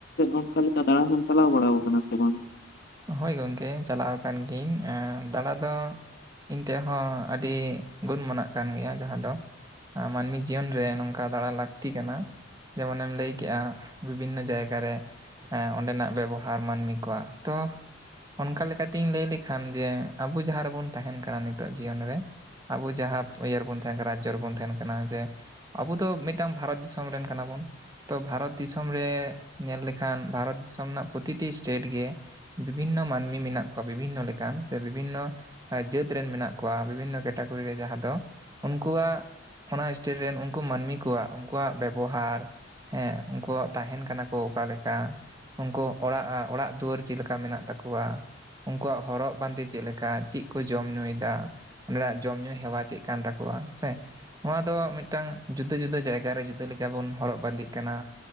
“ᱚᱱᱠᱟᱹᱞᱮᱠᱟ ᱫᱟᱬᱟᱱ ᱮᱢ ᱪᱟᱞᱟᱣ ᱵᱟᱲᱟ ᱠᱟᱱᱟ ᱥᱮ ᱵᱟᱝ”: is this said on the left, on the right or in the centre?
Left